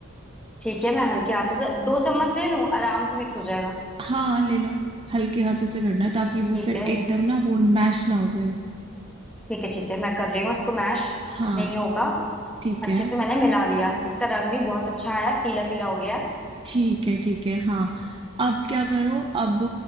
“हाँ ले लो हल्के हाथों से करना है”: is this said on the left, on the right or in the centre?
Right